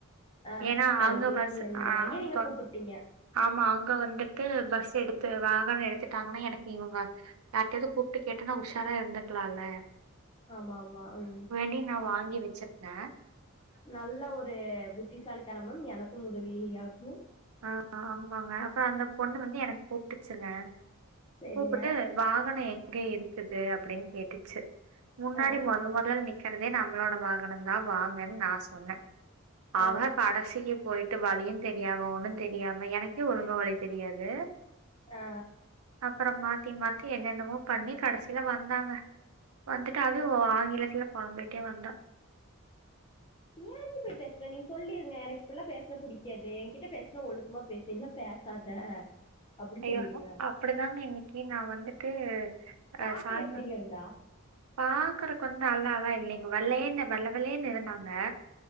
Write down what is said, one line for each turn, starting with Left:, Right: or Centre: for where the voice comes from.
Left: ஆ
Right: ஏன்னா
Left: தொலைபேசி
Right: அங்க பஸ்
Left: எண்ல
Right: அ
Left: வாங்கி நீங்க
Right: தொ
Left: கூப்பிட்டீங்க
Right: ஆமா அங்க வந்துட்டு பஸ் எடுத்து வாகனோ எடுத்துட்டாங்கன்னா எனக்கு இவுங்க யார்ட்டையாது கூப்ட்டு கேட்டன்னா உஷாரா இருந்துக்கலால்ல
Left: ஆமா ஆமா ம்
Right: அப்டி நா வாங்கி வச்சிருந்தே
Left: நல்ல ஒரு புத்திசாலிதனமும் எனக்கும் உதவி ஆகு
Right: ஆ அ ஆமாங்க அப்பறோ அந்த பொண்ணு வந்து எனக்கு கூப்ட்டுச்சுங்க
Left: சரிங்க
Right: கூப்புட்டு வாகனோ எங்க இருக்குது அப்டின்னு கேட்டுச்சு முன்னாடி
Left: ஆ
Right: மொத மொதல்ல நிக் கிறதே நம்மளோட வாகனோந்தா வாங்கன்னு நா சொன்னே
Left: ஆ
Right: அவ கடசிக்கு போயிட்டு வழியு தெரியாம ஒன்னு தெரியாம எனக்கே ஒழுங்கா வழி தெரியாது
Left: ஆ
Right: அப்பறோ மாத்தி மாத்தி என்னென்னமோ பண்ணி கடசில வந்தாங்க வந்துட்டு அதுவு அவ ஆங்கிலத்துல பொலம்பிட்டே வந்தா
Left: ஏ நீயு இப்டி பேசுற நீங்க சொல்லிருங்க எனக்கு இப்டில்லா பேசுனா புடிக்காது என்கிட்ட பேசுனா ஒழுக்கமா பேசு இல்ல பேசாத <inaudible>
Right: ஐயோ
Left: சொல்லிருங்க
Right: அப்டிதாங்க இன்னிக்கி நா வந்துட்டு ஆ
Left: பாக்க
Right: சாய்ங்கா
Left: எப்டிங்க இருந்தா
Right: பாக்கறக்கு வந்து நல்ல எல்லா இல்லைங்க வெள்ளேனு வெள்ள வெள்ளேன்னு இருந்தாங்க